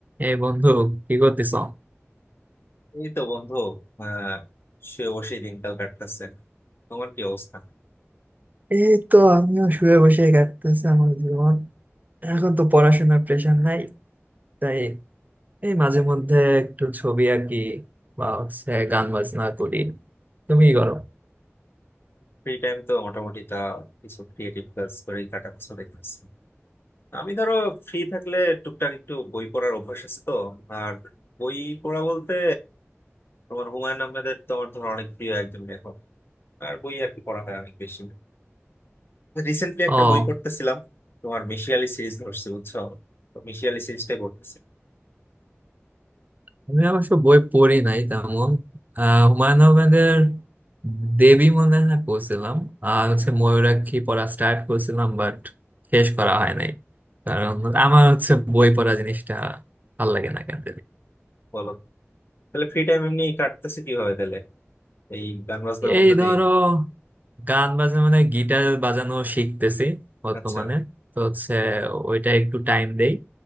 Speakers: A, on the right; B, on the left.
A: এই বন্ধু কি করতেছ
B: এই তো বন্ধু আহ সে অবশ্যই দিনকাল কাটতেছে তোমার কি অবস্থা
A: এই তো আমিও শুয়ে বসে কাটতেছে আমার জীবন এখন তো পড়াশোনার প্রেশার নাই তাই এই মাঝে মধ্যে একটু ছবি আঁকি বা হচ্ছে গান বাজনা করি তুমি কি করো
B: ফ্রি টাইম তো মোটামুটি তা কিছু ক্রিয়েটিভ কাজ করেই কাটাচ্ছ দেখতেছি আমি ধরো ফ্রি থাকলে টুকটাক একটু বই পড়ার অভ্যাস আছে তো আর বই পড়া বলতে তোমার হুমায়ুন আহমেদের তো আমার ধরো অনেক প্রিয় একজন লেখক আর বই আর কি পড়া হয় অনেক বেশি রিসেন্টলি
A: ও
B: একটা বই পড়তেছিলাম তোমার মিশিয়ালি সিরিজ ধরছি বুঝছো তো মিশিয়ালি সিরিজটাই পড়তেছিলাম
A: আমি অবশ্য বই পড়ি নাই তেমন আহ হুমায়ুন আহমেদের দেবী মনে হয় পড়ছিলাম আর হচ্ছে ময়ূরাক্ষী পড়া স্টার্ট করেছিলাম বাট শেষ করা হয় নাই কারণ আমার হচ্ছে বই পড়া জিনিসটা ভাল লাগে না কেন
B: বলো তাহলে ফ্রি টাইম এমনি কাটতেছে কিভাবে তাহলে এই গান বাজনার
A: এই
B: মধ্যে
A: ধরো
B: দিয়ে
A: গান বাজনা মানে গিটার বাজানো শিখতেছি বর্তমানে
B: আচ্ছা
A: তো হচ্ছে ওইটা একটু টাইম দেই